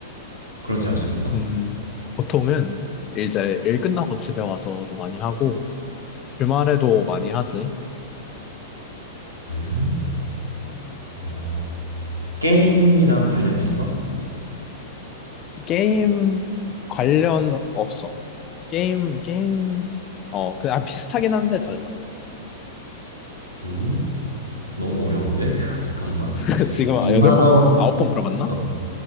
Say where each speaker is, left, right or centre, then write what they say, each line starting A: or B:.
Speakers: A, on the right (about 90°); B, on the left (about 30°).
A: 그런지 알 수 있어?
B: 음, 보통은 이제 일 끝나고 집에 와서도 많이 하고, 주말에도 많이 하지.
A: 음? 어, 게임이랑 관련이 있어?
B: 게임 관련 없어. 게임, 게임, 어, 그, 아, 비슷하긴 한데 달라.
A: 오? 너무 어려운데? <laughs> 잠깐만.
B: <laughs> 지금
A: 2만
B: 여덟 번,
A: 원,
B: 아홉 번 물어봤나?
A: 어,